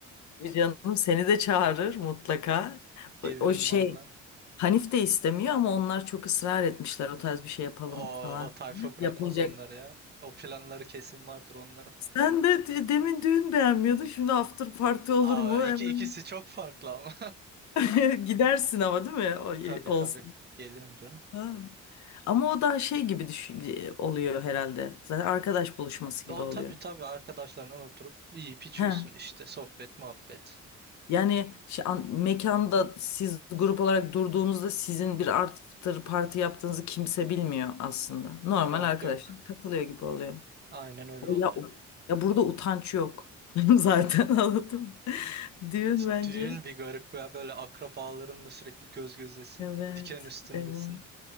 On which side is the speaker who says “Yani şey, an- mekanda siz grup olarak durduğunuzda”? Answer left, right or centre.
Left